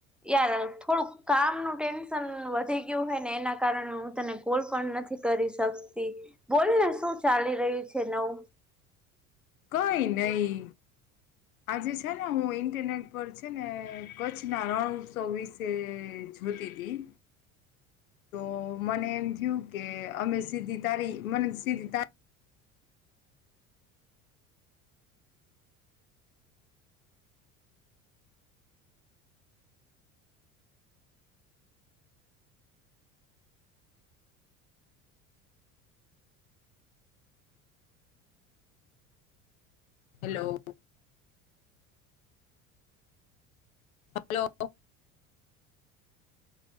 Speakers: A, in the centre; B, on the left (about 85°).
A: યાર થોડુંક કામનું ટેન્શન વધી ગયું હોયને એના કારણે હું તને કોલ પણ નથી કરી શકતી, બોલ ને શું ચાલી રહ્યું છે નવુ.
B: કઈ નહી. આજે છે ને હું ઇન્ટરનેટ પર છે ને કચ્છના રણ ઉત્સવ વિશે છ જોતી તી. તો મને એમ થયું કે અમે સીધી તારી મને સીધી તારી હેલો. હલો.